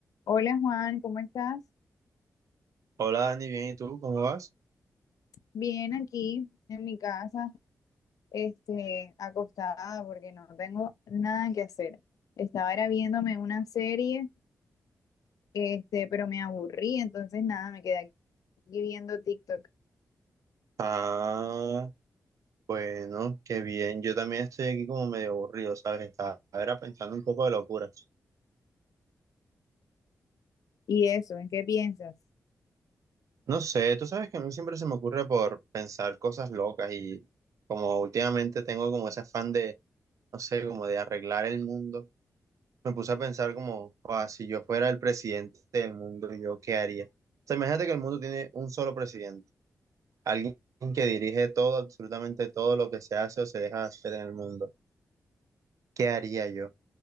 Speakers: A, on the left; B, on the right.
A: Hola Juan, ¿cómo estás?
B: Hola Dani, bien, ¿y tú cómo vas?
A: Bien aquí en mi casa, este, acostada porque no tengo nada que hacer. Estaba era viéndome una serie, este, pero me aburrí, entonces nada, me quedé aquí viendo TikTok.
B: Ah, bueno, qué bien. Yo también estoy aquí como medio aburrido, ¿sabes? Estaba era pensando un poco de locuras.
A: ¿Y eso? ¿En qué piensas?
B: No sé, tú sabes que a mí siempre se me ocurre por pensar cosas locas y como últimamente tengo como ese afán de, no sé, como de arreglar el mundo, me puse a pensar como, "Joda, si yo fuera el presidente del mundo, ¿yo qué haría? O sea, imagínate que el mundo tiene un solo presidente, alguien que dirige todo, absolutamente todo lo que se hace o se deja de hacer en el mundo. ¿Qué haría yo?